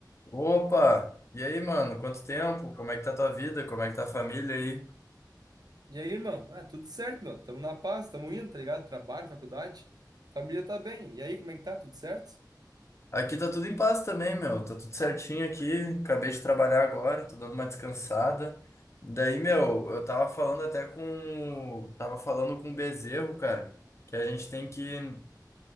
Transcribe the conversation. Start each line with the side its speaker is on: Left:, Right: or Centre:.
Left: Opa! E aí, mano? Quanto tempo? Como é que tá tua vida? Como é que tá a família aí?
Right: E aí, irmão? Ah, tudo certo, meu. Tamo na paz, tamo indo, tá ligado? Trabalho, faculdade, família tá bem. E aí, como é que tá? Tudo certo?
Left: Aqui tá tudo em paz também, meu. Tá tudo certinho aqui. Acabei de trabalhar agora, tô dando uma descansada. Daí, meu, eu tava falando até com, tava falando com o Bezerro, cara, que a gente tem que,